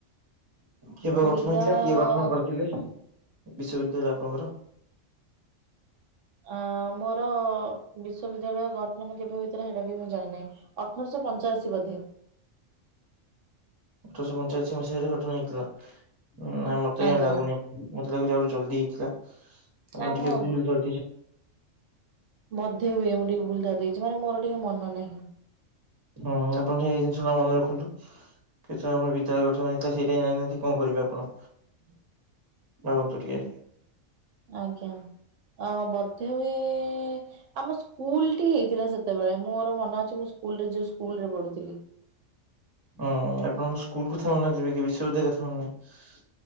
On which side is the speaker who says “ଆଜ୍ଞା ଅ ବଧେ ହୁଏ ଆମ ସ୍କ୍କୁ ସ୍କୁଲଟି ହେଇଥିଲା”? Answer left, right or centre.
Right